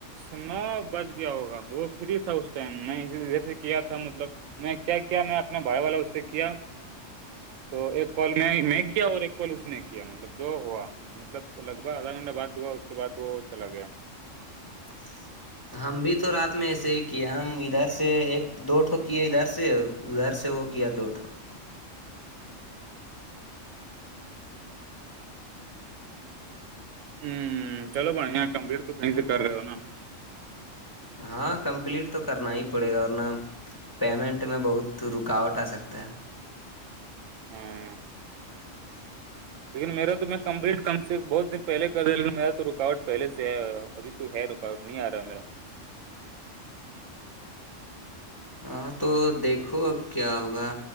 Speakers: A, on the right; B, on the left.
A: نو بج گیا ہوگا وہ فری تھا اس ٹائم میں اے سے کیا تھا مطلب میں کیا کیا میں اپنے بھائی والا اس سے کیا تو ایک کال میں میں کیا اور ایک کال اس نے کیا مطلب دو ہوا مطلب لگ بگ آدھا گھنٹہ بات ہوا اس کے بعد وہ چلا گیا
B: <unintelligible> ہم بھی تو رات میں ایسے ہی کیے ہم ادھر سے ایک دو ٹوکی ہے ادھر سے ادھر سے وہ کیایا دوٹھوں
A: ہوں چلو بڑیا کمبٹ تو کہیں سے کر رہے ہو نا
B: ہاں کمپلیٹ تو کرنا ہی پڑے گا اورور ن پیمنٹ میں بہت رکاوٹ آ سکتا ہے
A: ہاں
B: <unintelligible>
A: لیکن میرا تو میں کمپلیٹ کم سے کم بہت دن پہے کر رہا لیکن میرا تو رکاوٹ پہے سے ہے ابھی تو ہے ٹ نہیں آ رہا میرا
B: ہاں تو دیکھو اب کیا ہوگا